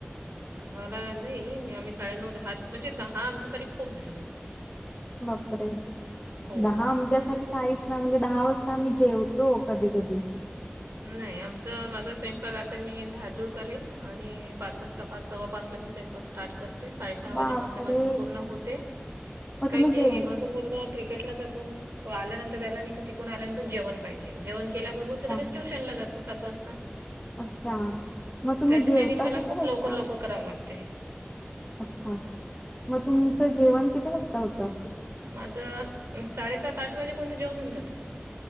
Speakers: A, on the right (about 80°); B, on the left (about 20°).
A: मला नाही आम्ही साडेनऊ दहा म्हणजे दहा आमच्यासाठी खूप झाले.
B: दहा बापरे.
A: हो
B: त्याच्यासाठी काहीच ना म्हणजे दहा वाजता आम्ही जेवतो कधी कधी
A: नाही. आमच माझा स्वयं. आता मी झाडजुड करेन आणि पाच वाजता पाच सव्वा पाच ला मी स्वयंपाक स करते साडे सहा वाजेपर्यंत
B: बापरे
A: माझ पूर्ण होते
B: मग
A: काय
B: तुम्ही जेव
A: क्रिकेटला जातो. ना तो आल्यानंतर त्याला आल्यांत जेण पाहिजे जेवण केल्याबरोबर
B: अच्छा
A: तुलाेस ट्युशन ला जातो सात वाजता
B: अच्छा मग तुम्ही
A: त्याच्या
B: जेवता
A: मला
B: किती
A: खूप
B: वाजता
A: लवकर लवकर कराव लागते.
B: अच्छा मग
A: हं.
B: तुमचं जेवण किती वाजता होतं.
A: माझं साडेसात आठ वाजे कोणतं जेवण होऊन जाते.